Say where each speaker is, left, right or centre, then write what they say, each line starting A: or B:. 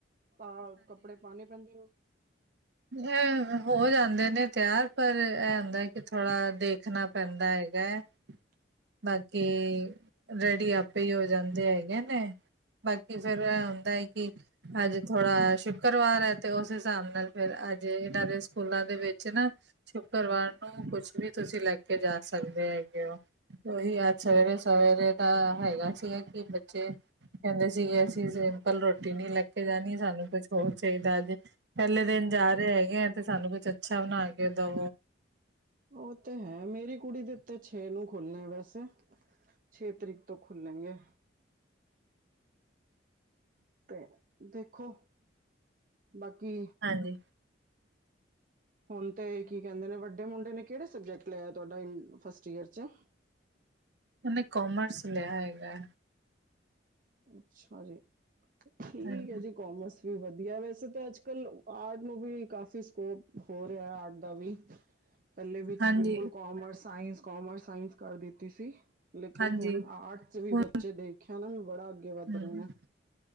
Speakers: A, on the right; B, on the right.
A: ਹਾਂ ਕੱਪੜੇ ਪਾਣੇ ਪੈਂਦੇ
B: ਏ ਹੋ ਜਾਂਦੇ ਨੇ ਤਿਆਰ ਪਰ ਇਹ ਹੁੰਦਾ ਕਿ ਥੋੜ੍ਹਾ ਦੇਖਣਾ ਪੈਂਦਾ ਹੈਗਾ ਐ
A: <unintelligible>
B: ਬਾਕੀ ਰੈਡੀ, ਆਪੇ ਇ ਔ ਜਾਂਦੇ ਹੈਗੇ ਨੇ ਬਾਕੀ ਫੇਰ ਇਹ ਹੁੰਦਾ ਐ, ਕਿ ਅੱਜ ਥੋੜਾ ਸ਼ੁੱਕਰਵਾਰ ਏ ਤੇ ਉਸ ਹਿਸਾਬ ਨਾਲ ਫਿਰ ਅੱਜੇ ਇਹਨਾਂ ਦੇ ਸਕੂਲਾਂ ਦੇ ਵਿੱਚ ਨਾ ਸ਼ੁੱਕਰਵਾਰ ਨੂੰ ਕੁਛ, ਵੀ ਤੁਸੀਂ ਲੈ ਕੇ ਜਾ ਸਕਦੇ ਹੈਗੇ ਔ ਉਹੀ ਅੱਜ ਸਵੇਰੇ-ਸਵੇਰੇ, ਤਾਂ ਹੈਗਾ ਸੀਗਾ ਕਿ ਬੱਚੇ ਕਹਿੰਦੇ ਸੀਗੇ ਅਸੀਂ ਸਿੰਪਲ ਰੋਟੀ ਨੀ ਲੈ ਕੇ ਜਾਨੀ ਸਾਨੂੰ ਕੁਛ ਹੋਰ ਚਾਹੀਦਾ ਐ ਪਹਿਲੇ ਦਿਨ ਜਾ ਰਹੇ ਹੈਗੇ, ਆ ਤੇ ਸਾਨੂੰ ਕੁਛ ਅੱਛਾ ਬਣਾ ਕੇ ਦੋ
A: ਉਹ ਤੇ ਹੈ ਮੇਰੀ ਕੁੜੀ ਦੇ ਉਤੇ ਛੇ ਨੂੰ ਖੁੱਲਣੇ ਵੈਸੇ, ਛੇ ਤਰੀਕ ਤੋਂ ਖੁੱਲੇਂਗੇ ਤੇ ਦੇਖੋ ਬਾਕੀ
B: ਹਾਂਜੀ
A: ਹੁਨ ਤੇ ਕੀ ਕਹਿੰਦੇ ਨੇ ਵੱਡੇ ਮੁੰਡੇ ਨੇ ਕਿਹੜੇ, ਸਬਜੈਕਟ ਲਿਆ ਤੁਹਾਡਾ ਫਸਟ ਈਅਰ ਚ
B: ਉਹਨੇ ਕੋਮਰਸ ਲਿਆ ਹੈਗਾ
A: ਅੱਛਾ, ਜੀ ਠੀਕ
B: ਹਾਂਜੀ
A: ਏ ਜੀ ਕੋਮਰਸ ਵਦੀਆ ਏ ਵੈਸੇ ਤਾਂ ਅੱਜ -ਕੱਲ, ਆਰਟ ਨੂੰ ਵੀ ਕਾਫ਼ੀ ਸਕੋਪ ਹੋ ਰਿਹਾ ਆਰਟ ਦਾ ਵੀ ਪਹਿੱਲੇ ਵਿੱਚ
B: ਹਾਂਜੀ
A: ਬਿਲਕੁਲ ਕੋਮਰਸ ਸਾਇੰਸ, ਕੋਮਰਸ ਸਾਇੰਸ ਕਰ ਦਿੱਤੀ ਸੀ ਲੇਕਿਨ
B: ਹਾਂਜੀ
A: ਹੁਨ ਆਰਟ ਚ ਵੀ
B: ਹੁਣ
A: ਬੱਚੇ ਦੇਖਿਆ ਨਾ ਬੜਾ ਅੱਗੇ ਵੱਧ
B: ਹਮ
A: ਰਹੇ ਨੇ